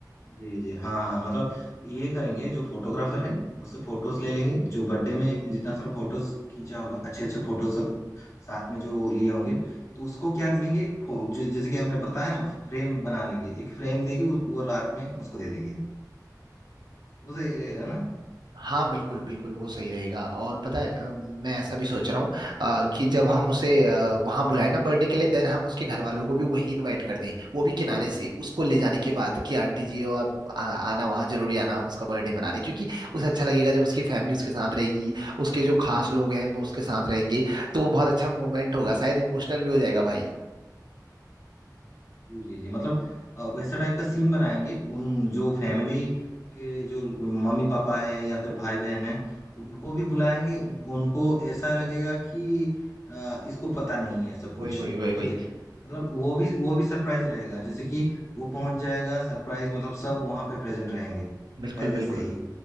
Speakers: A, on the left; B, on the right.
A: जी जी हाँ हाँ मतलब ये करेंगे जो फोटोग्राफर है उससे फोटोज ले लेंगे जो बर्थडे में जितना सारा फोटोज खींचा होगा अच्छे अच्छे फोटोज सब साथ में जो लिए होंगे तो उसको क्या करेंगे एक फो- जो- जैसे कि आपने बताया ना फ्रेम बना लेंगे एक फ्रेम देके उस- वो रात में उसको दे देंगे वो सही रहेगा ना
B: हाँ बिल्कुल बिल्कुल वो सही रहेगा और पता है अ, मैं ऐसा भी सोच रहा हूँ अ, कि जब हम उसे अ, वहाँ बुलाए ना बर्थडे के लिए देन हम उसके घर वालों को भी वही इनवाइट कर दें वो भी किनारे से उसको ले जाने के बाद कि आंटी जी और आप आ, आना वहाँ जरूरी आना हम उसका बर्थडे मना रहे हैं। क्योंकि उसे अच्छा लगेगा जब उसकी फैमिली उसके साथ रहेगी उसके जो खास लोग हैं वो उसके साथ रहेंगे तो बहुत अच्छा मोमेंट होगा शायद इमोशनल भी हो जाएगा भाई
A: जी जी मतलब अ, वैसा टाइप का सीन बनाएंगे उन जो फैमिली के जो मम्मी पापा है या फिर भाई बहन है उनको भी बुलाएंगे उनको ऐसा लगेगा कि अ, इसको पता नहीं है सब कुछ
B: वही वही वही वही
A: ठीक है मतलब वो भी वो भी सरप्राइज रहेगा जैसे कि वो पहुंच जाएगा सरप्राइज मतलब सब वहां पे प्रेजेंट रहेंगे
B: बिल्कुल
A: पहले
B: बिल्कुल
A: से ही